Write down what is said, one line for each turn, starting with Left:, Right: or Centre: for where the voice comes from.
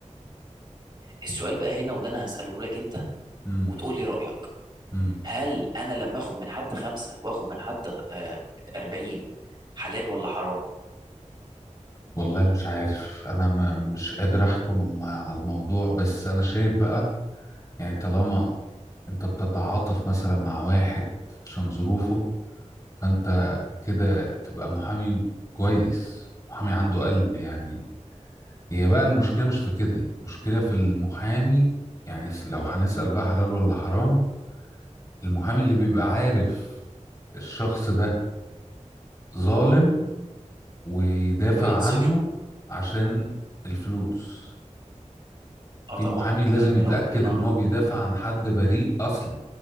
Right: السؤال بقى هنا وده انا هسأله لك انت
Left: امم
Right: وتقول لي رأيك
Left: امم
Right: هل انا لما اخد من حد خمسة واخد من حد آه، 40 حلال ولا حرام
Left: والله مش عارف انا ما مش قادر احكم على الموضوع بس انا شايف بقى يعني طالما انت بتتعاطف مثلا مع واحد عشان ظروفه فانت كده تبقى محامي كويس محامي عنده قلب يعني هي بقى المشكلة مش في كده المشكلة في المحامي يعني س- لو هنسأل بقى حلال ولا حرام المحامي اللي بيبقى عارف الشخص ده ظالم ويدافع
Right: وينصفوا
Left: عنه عشان الفلوس
Right: اه
Left: في
Right: طبعا
Left: محامي لازم
Right: يعني
Left: يتأكد
Right: ربنا
Left: ان هو بيدافع عن حد بريء اصلا